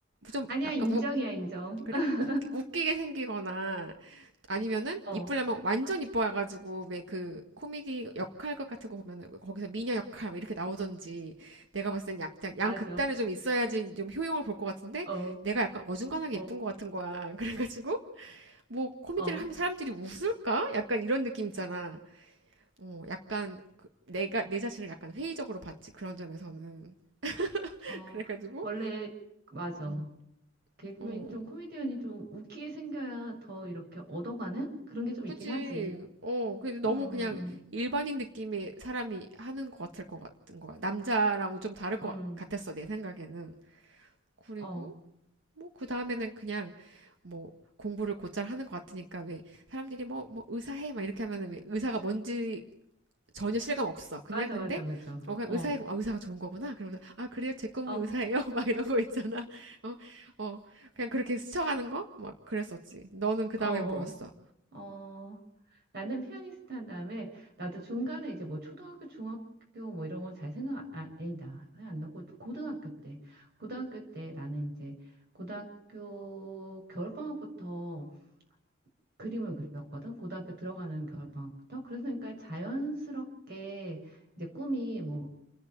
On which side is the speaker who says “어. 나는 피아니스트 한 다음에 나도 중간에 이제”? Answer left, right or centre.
Right